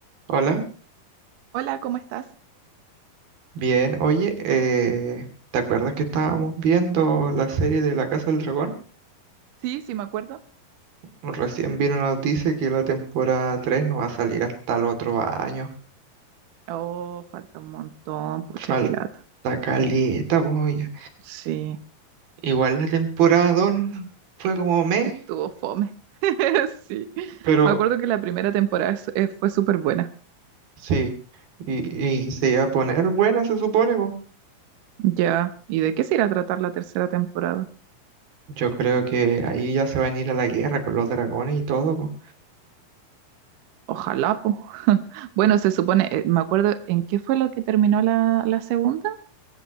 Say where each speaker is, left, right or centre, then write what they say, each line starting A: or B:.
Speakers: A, on the right (about 90°); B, on the right (about 75°).
A: Hola,
B: Hola, ¿cómo estás?
A: bien, oye, eh, ¿te acuerdas que estábamos viendo la serie de La Casa del Dragón?
B: Sí, sí me acuerdo.
A: Recién vino nos dice que la temporada 3 no va a salir hasta el otro año.
B: Oh, falta un montón, pucha,
A: Falta
B: qué lata.
A: caleta, voy.
B: Sí,
A: Igual la temporada 2 fue como mes,
B: estuvo fome. <laughs> Sí,
A: pero
B: me acuerdo que la primera temporada es- eh, fue súper buena.
A: sí, y, y se iba a poner buena, se supone, po.
B: Ya, ¿y de qué se irá a tratar la tercera temporada?
A: Yo creo que ahí ya se van a ir a la guerra con los dragones y todo, po.
B: Ojalá, po. <laughs> Bueno, se supone, eh, me acuerdo, ¿en qué fue lo que terminó la, la segunda?